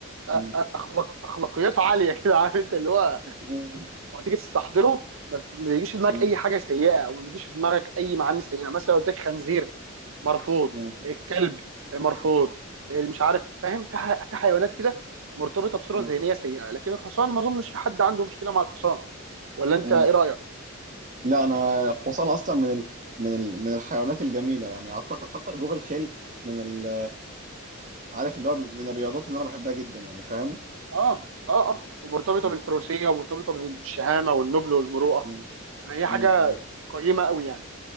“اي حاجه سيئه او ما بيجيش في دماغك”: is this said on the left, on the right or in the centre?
Right